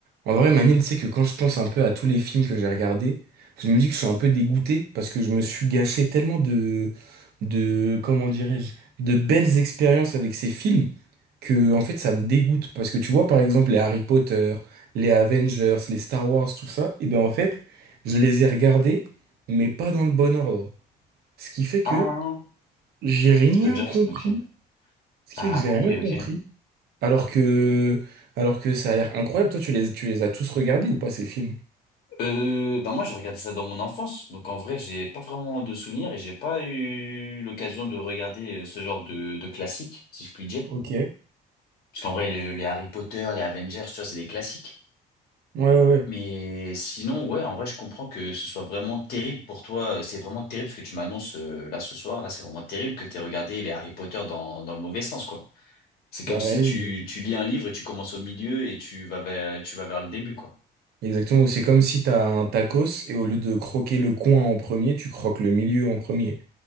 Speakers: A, on the right (about 70°); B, on the left (about 65°).
A: En vrai, Manil, c'est que quand je pense un peu à tous les films que j'ai regardés, je me dis que je suis un peu dégoûté parce que je me suis gâché tellement de, de, comment dirais-je, de belles expériences avec ces films que, en fait, ça me dégoûte. Parce que tu vois, par exemple, les Harry Potter, les Avengers, les Star Wars, tout ça, et bien, en fait, je les ai regardés, mais pas dans le bon ordre. Ce qui fait que
B: Ah,
A: j'ai rien
B: ça veut dire
A: compris.
B: que c'est... Ok.
A: Ce
B: T'as
A: qui fait que
B: rien
A: j'ai
B: compris,
A: rien compris.
B: ok.
A: Alors que, alors que ça a l'air incroyable. Toi, tu les, tu les as tous regardés ou pas ces films?
B: Euh, bah moi, j'ai regardé ça dans mon enfance. Donc, en vrai, j'ai pas vraiment de souvenirs et j'ai pas eu l'occasion de regarder euh, ce genre de, de classique, si je puis dire.
A: Ok. Ouais,
B: Parce qu'en vrai, le- les Harry Potter, les Avengers, tu vois, c'est des classiques.
A: ouais. ouais.
B: Mais sinon, ouais, en vrai, je comprends que ce soit vraiment terrible pour toi. C'est vraiment terrible ce que tu m'annonces euh, là ce soir. Là, c'est vraiment terrible que t'aies regardé les Harry Potter dans, dans le mauvais sens, quoi. C'est comme
A: Bah,
B: si
A: ouais,
B: tu, tu lis un livre et tu commences au milieu et tu vas vers, tu vas vers le début, quoi.
A: exactement. C'est comme si t'as un tacos et au lieu de croquer le coin en premier, tu croques le milieu en premier.